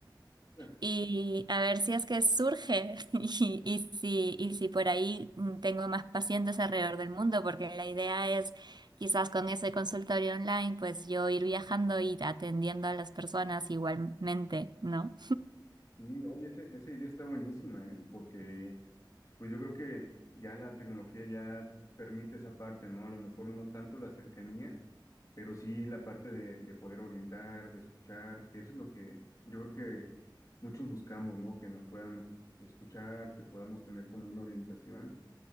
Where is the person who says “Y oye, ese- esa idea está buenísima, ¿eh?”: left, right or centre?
Left